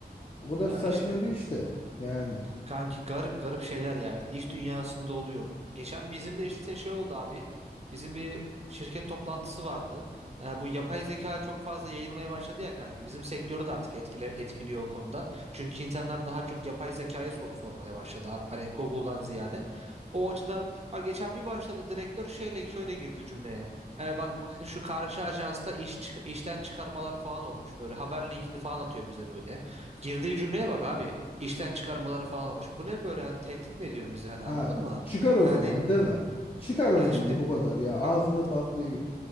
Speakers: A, on the left (about 35°); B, on the right (about 40°).
A: O kadar
B: Ya
A: saçma
B: işte
A: bir iş de Yani.
B: Kanki garip garip şeyler ya işte iş dünyasında oluyor. Geçen bizim de işte şey oldu abi. Bizim bir şirket toplantısı vardı. Ee, bu yapay zeka çok fazla yayılmaya başladı ya kanki. Bizim sektörü de artık etkile, etkiliyor o konuda. Çünkü insanlar daha çok yapay zekaya soru sormaya başladılar. Hani Google'dan ziyade. O açıdan bak geçen bir başladı direktör şeyle şöyle girdi cümleye. Ee, bak bakın şu karşı ajansta iş çık- işten çıkarmalar falan olmuş böyle. Haber linkini falan atıyor bize böyle. Girdiği cümleye bak abi işten çıkarmaları falan olmuş. Bu ne böyle hani tehdit mi ediyorsun bizi hani
A: Ha,
B: anladın mı?
A: çıkar o
B: Yani
A: zaman değil mi? Çıkar o
B: yani
A: zaman
B: şimdi
A: bu kadar ya. Ağzında
B: bak
A: baklayı.